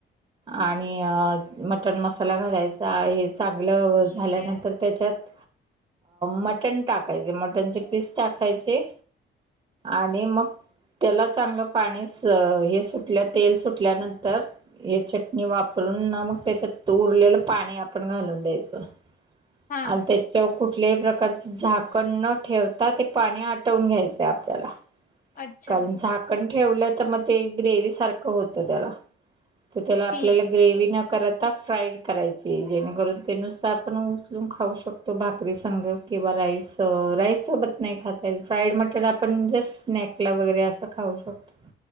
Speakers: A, on the right (about 25°); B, on the left (about 45°).
A: आणि मटण मसाला घालायचा हे चांगलं
B: ठीक
A: झाल्यानंतर.
B: आहे.
A: त्याच्यात मटण टाकायचे मटणचे पीस टाकायचे. आणि मग. त्याला चांगलं पाणी स हे सुटल्या तेल सुटल्यानंतर हे चट णि वापरून ना मग त्याच्यात उरलेलं पाणी आपण घालून द्यायचं
B: हां,
A: आणि त्या च्यावर कुठल्याही प्रकारचं झाकण न ठेवता ते पाणी आटवून घ्यायचं आहे आपल्याला.
B: अच्छा
A: कारण झाकण ठेवलं तर मग ते ग्रेव्ही सारखं होतं त्याला. तर त्याला आपल्याला
B: ठीक आहे.
A: ग्रेव्ही न करता. फ्राईड करायची जेणेकरून ते नुसत आपण उचलून खाऊ शकतो भाकरी संग. किंवा राईस राईस सोबत नाही खाता येत. फ्राईड मटन आपण जस्ट स्नॅक. क वगैरे असा खाऊ शकतो